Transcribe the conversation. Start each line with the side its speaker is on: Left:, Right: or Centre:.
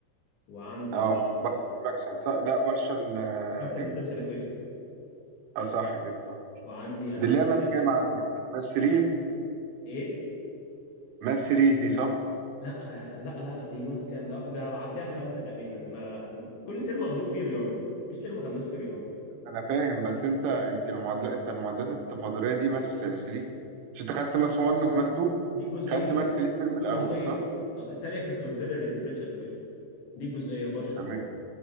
Left: وعندي
Right: اه بارشل براكشن صح لا بارشل آه،
Left: بارشل
Right: ايه
Left: ديفرنشال ايكويشن
Right: اه صح كده اه
Left: وعندي آلات
Right: دي اللي
Left: احتراق
Right: هي ماس كام عندك ماس 3
Left: ايه إيه؟
Right: ماس 3 دي صح
Left: لا آه، لا لا لا دي ماسكه ده أك- ده معديها الخمسة تقريبا انا كل ترم واخدين فيه رياضة مفيش ترم ما خدناش فيه رياضة
Right: انا فاهم بس انت انت المعادلات انت المعادلات التفاضليه دي ماس 3 مش انت خدت ماس 1 وماس 2
Left: دي الجزئية
Right: خدت
Left: دي
Right: ماس 3 الترم الاول
Left: الجزئية
Right: صح
Left: آه، التانية كانت اوردينري ديفرنشال ايكويشن دي الجزئية بارشل
Right: تمام